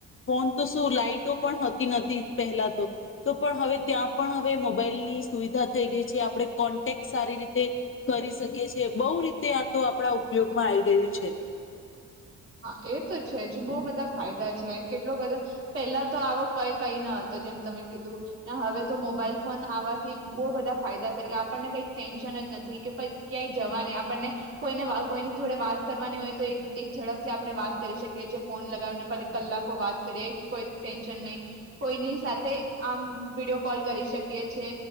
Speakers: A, on the left; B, on the right.
A: ફોન તો શું લાાઈટો પણતી નથી પહેલા તો તો પણ હવે ત્યાં પણ હવે મોબાઈલની સુવિધા થઈ ગઈ છે, આપણે કોન્ટેક્ટ સારી રીતે કરી શકીએ છે બહુ રીતે આ તો આપણા ઉપયોગમાં આઈ રહ્યુ છે.
B: હા એ તો છે, જ બહુ બધા ફાયદા છે, કેટલો બધો પેલા તો આવો કઈ કઈ ન હતો જેમ તમે કીધું હવે તો મોબાઈલ ફોન આવવાથી બહુ બધા ફાયદા થઈ ગયા આપણને કઈ ટેન્શન જ નથી કે ક્યાંય જવાની આપણને કોઈને <inaudible> કોઈની જોડે વાત કરવાની હોય તો એક ઝડપ આપણે વાત કરી શકીએ છીએ ફોન લગાવીને કલાકો વાત કરીએ કોઈ ટેન્શન નહી કોઈની સાથે આમ વિડીિયો કોલ કરી શકીએ છે,